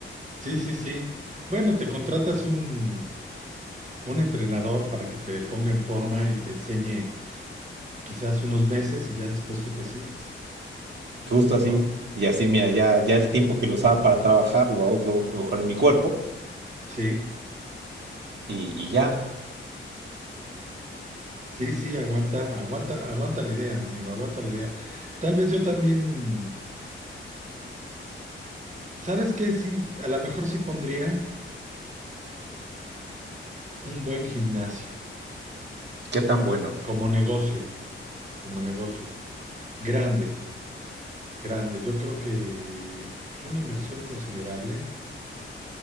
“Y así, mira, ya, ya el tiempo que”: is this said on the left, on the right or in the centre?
Right